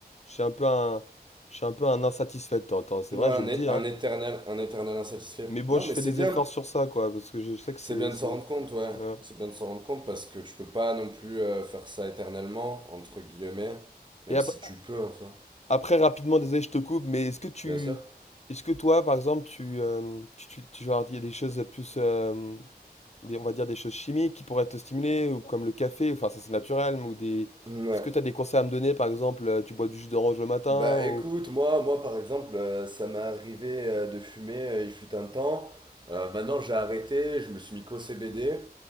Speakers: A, on the left; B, on the right.
A: Je suis un peu un, je suis un peu un insatisfait de temps en temps. C'est
B: Ouais,
A: vrai, je
B: un,
A: le
B: é-
A: dis, hein.
B: un éternel, un éternel insatisfait.
A: Mais bon,
B: Non,
A: je
B: mais
A: fais
B: c'est
A: des
B: bien,
A: efforts sur ça, quoi, parce que je sais que c'est,
B: c'est bien
A: c'est...
B: de s'en rendre compte, ouais.
A: voilà.
B: C'est bien de s'en rendre compte parce que tu peux pas non plus euh, faire ça éternellement, entre guillemets, même
A: Et après,
B: si tu peux en soi.
A: après, rapidement, désolé, je te coupe, mais est-ce que tu...
B: Bien sûr.
A: Est-ce que toi, par exemple, tu, euh, tu, tu, tu genre, il y a des choses plus euh, des- on va dire des choses chimiques qui pourraient te stimuler, ou comme le café, enfin ça c'est naturel, mais ou des...
B: Ouais.
A: Est-ce que tu as des conseils à me donner, par exemple, euh, tu bois du jus d'orange le matin
B: Bah
A: ou...
B: écoute, moi, moi par exemple, euh, ça m'est arrivé euh, de fumer, euh, il fut un temps. Euh, maintenant j'ai arrêté, je me suis mis qu'au CBD.